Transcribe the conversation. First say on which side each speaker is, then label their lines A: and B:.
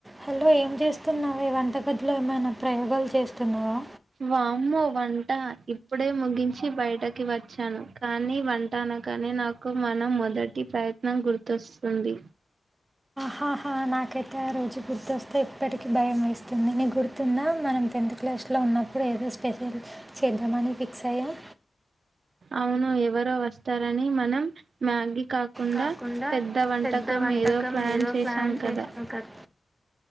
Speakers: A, on the right (about 15°); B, on the right (about 65°).
A: Hello ఏం చేస్తున్నావే వంటగదిలో ఏమైన ప్రయోగాలు చేస్తున్నావా
B: వామ్మో వంట ఇప్పుడే ముగించి బయటకి వచ్చాను కానీ వంట కానీ నాకు మన మొదటి ప్రయత్నం గుర్తొస్తుంది
A: హాహా నాకైతే ఆ రోజు గుర్తొస్తే ఎప్పటికీ భయం వేస్తుంది నీకు గుర్తుంద మనం తెన్త్ క్లాస్లో ఉన్నప్పుడు ఏదో స్పెషల్ చేద్దామని ఫిక్స్ అయ్యాం
B: అవును ఎవరో వస్తారని మనం మ్యాగి క కుండ
A: కాకుండా
B: పెద్ద వంటకం
A: పెద్ద వంటకం
B: ఏదో ప్లాన్
A: ఏదో
B: చేశాం
A: ప్లాన్
B: కద
A: చేసాం కదా